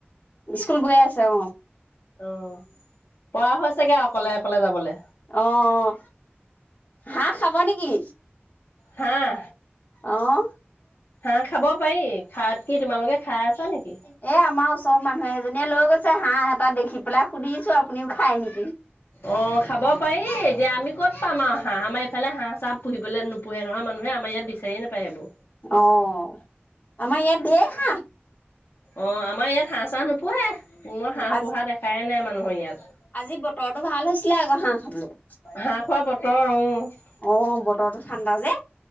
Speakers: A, on the left (about 45°); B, on the left (about 65°).
A: স্কুল গৈ আছে, অঁ।
B: অঁ, পৱা হৈছেগে আও অকলে অকলে যাবলে?
A: অঁ, অঁ, হাঁহ খাব নেকি?
B: হাঁহ
A: অঁ।
B: হাঁহ খাব পায়ি, খাৱত কি তোমালোকে খাই আছা নেকি?
A: এই, আমাৰ ওচৰৰ মানুহ এজনীয়ে লৈ গৈছে হাঁহ এটা দেখি পেলাই সুধিছো, আপুনিও খাই নেকি?
B: অঁ, খাব পায়ি, এতিয়া আমি ক'ত পাম আও হাঁহ? আমাৰ ইফালে হাঁহ চাঁহ পুহিবলে নো পোঁহে নহয় মানুহে, আমাৰ ইয়াত বিচাইয়ে নাপায় সেইবোৰ।
A: অঁ, আমাৰ ইয়াত ধেই হাঁহ।
B: অঁ, আমাৰ ইয়াত হাঁহ চাঁহ নোপোঁহে, মই হাঁহ
A: আজি
B: পোঁহা দেখাই নাই মানুহৰ ইয়াত।
A: আজি বতৰটো ভাল হৈছিলে আক' হাঁহ খাবলৈ।
B: হাঁহ খোৱা বতৰ, উ।
A: অঁ, বতৰটো ঠাণ্ডা যে,